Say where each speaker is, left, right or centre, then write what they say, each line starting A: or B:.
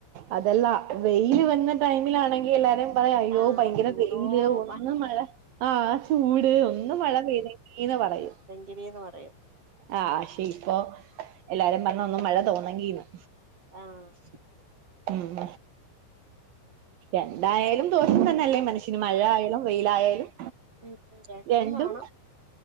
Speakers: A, on the right (about 65°); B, on the right (about 30°).
A: അതല്ല വെയില് വന്ന ടൈമിലാണെങ്കി എല്ലാരും അയ്യോ!
B: ആ
A: ഭയങ്കര
B: ചൂടോ
A: വെയില് ഒന്ന്
B: മ
A: മഴ ആഹ്! ആഹ് ചൂട് ഒന്ന് മഴ പെയ്തീങ്കീന്ന് പറയും
B: ജിവീന്ന് പറയും
A: ആഹ്! പക്ഷെ ഇപ്പൊ എല്ലാരും പർഞു മഴ തോന്നങ്കീന്ന്
B: ആഹ്!
A: ഉം. എന്തായാലും ദോഷം തന്നെ അല്ലെ മനുഷ്യന് മഴയാലും വെയിലായാലും
B: ഉം
A: രണ്ടും
B: വേണം